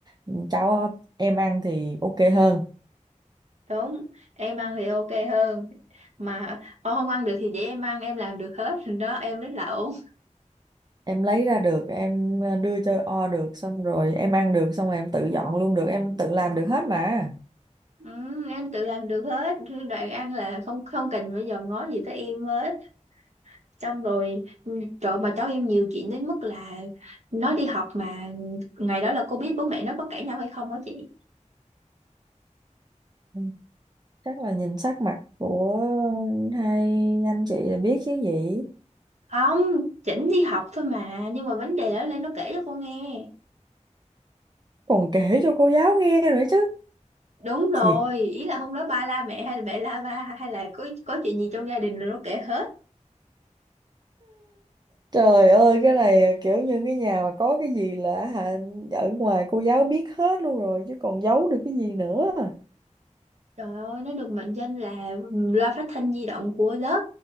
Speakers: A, on the right (about 30°); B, on the right (about 60°).
A: ừ, cháu em ăn thì ok hơn
B: đúng em ăn thì ok hơn mà ô không ăn được thì để em ăn em làm được hết Rồi đó em rất là ổn
A: em lấy ra được em ờ, đưa cho o được xong rồi em ăn được xong rồi em tự dọn luôn được em tự làm được hết mà
B: ừ, em tự làm được hết đoạn ăn là không không cần phải dòm ngó gì tới em hết xong rồi ừ, trời mà cháu em nhiều chuyện đến mức là nó đi học mà ngày đó là cô biết bố mẹ nó có cãi nhau hay không hả chị
A: Ừ, chắc là nhìn sắc mặt của hai anh chị là biết chứ gì
B: không chỉnh đi học thôi mà nhưng mà vấn đề đó lên nó kể cho cô nghe
A: còn kể cho cô giáo nghe nữa chứ
B: đúng rồi
A: thiệt
B: ý là hôm đó ba la mẹ hay là mẹ la ba hay là có có chuyện gì trong gia đình rồi nó kể hết
A: Trời ơi cái này kiểu như cái nhà mà có cái gì là hả ở ngoài cô giáo biết hết luôn rồi chứ còn giấu được cái gì nữa.
B: Trời ơi, nó được mệnh danh là loa phát thanh di động của lớp.